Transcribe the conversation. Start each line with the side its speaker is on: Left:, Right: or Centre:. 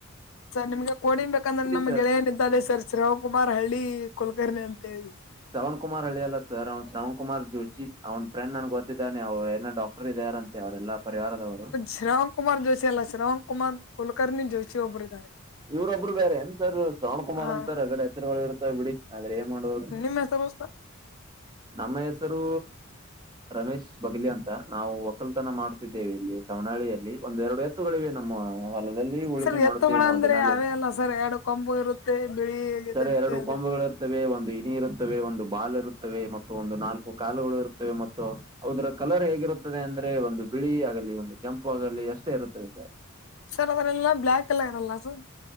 Left: ಸರ್ ನಿಮ್ಗೆ ಕೋಡಿಂಗ್ ಬೇಕಂದ್ರೆ ನಮ್ಗೆ
Right: ಸರ್
Left: ಗೆಳೆಯೇನ ಇದ್ದನೆ ಸರ್ ಶ್ರಿವಕುಮಾರ್ ಹಳ್ಳಿ ಕುಲ್ಕರ್ಣಿ ಅಂತ ಹೇಳಿ
Right: ಶ್ರವಣ ಕುಮಾರ್ ಹಳಿಯಲ್ಲ ಸರ್ ಅವ್ನು ಶ್ರವಣ ಕುಮಾರ್ ಜೋಶಿ ಅವ್ ಫ್ರೆಂಡ್ ನನ್ಗೆ ಗೊತ್ತಿದ್ದಾನೆ ಅವ್ರ ಏನ ಡಾಕ್ ಇದ್ದಾರ ಅಂತೆ ಅವ್ರೆಲ್ಲಾ ಪರಿವಾರದವರು
Left: ಶ್ರಾವಣ ಕುಮಾರ್ ಜೋಶಿ ಅಲ್ಲ ಶ್ರಾವಣ್ ಕುಮಾರ್ ಕುಲಕರ್ಣಿ ಜೋಶಿ ಒಬ್ಬರು ಇದ್ದಾರೆ
Right: ಇವ್ರೊಬ್ಬರು ಬೇರೆ ಎಂತರ್ ಶ್ರವಣ ಕುಮಾರ್
Left: ಹಾ
Right: ಅಂತರ್ ಅಗಡೆ ಹೆಸರುಗಳು ಇರುತ್ತವೆ ಬಿಡಿ ಆದ್ರೆ ಏನ್ ಮಾಡ್ಬಹುದು
Left: ಮ ಸಸ
Right: ನಮ್ಮ ಹೆಸರು ರಮೇಶ್ ಬಗಲಿ ಅಂತ ನಾವು ಒಕ್ಕಲ್ತನ ಮಾಡ್ತಿದ್ದ ದೇವಿ ಇಲ್ಲಿ ಸವಣಾಳಿಯಲ್ಲಿ ಒಂದು ಎರಡು ಎತ್ತುಗಳಿವೆ ನಮ್ಮ ಹೊಲದಲ್ಲಿ ಉಳುಮೆ
Left: ಸರ್
Right: ಮಾಡುತ್ತೇವೆ
Left: ಎತ್ತುಗಳಂದ್ರೆ
Right: ನಾವು ದಿನಲ್ಲೂ
Left: ಅವೇ ಅಲ್ಲ ಸರ್ ಎರಡು ಕೊಂಬು ಇರುತ್ತೆ ಬಿಳಿ ಇದಿರುತ್ತೆ
Right: ಸರಿ ಎರಡು
Left: ಅದೇ
Right: ಕಂಬುಗಳು ಇ ಒಂದು ಇನಿ ಇರುತ್ತವೆ ಒಂದು ಬಾಲ್ ಇರುತ್ತವೆ ಮತ್ತು ಒಂದು ನಾಲ್ಕು ಕಾಲುಗಳು ಇರುತ್ತವೆ ಮತ್ತು ಹೌದ್ರ ಕಲರ್ ಹೇಗಿರುತ್ತದೆ ಅಂದ್ರೆ ಒಂದು ಬಿಳಿ ಆಗಲಿ ಒಂದು ಕೆಂಪು ಆಗಲಿ ಅಷ್ಟೇ ಇರುತ್ತದೆ ಸರ್
Left: ಸರ್ ಅದ್ರೆಲ್ಲ ಬ್ಲ್ಯಾಕ್ ಕಲ್ಲರ್ ಇರಲ್ಲ ಸರ್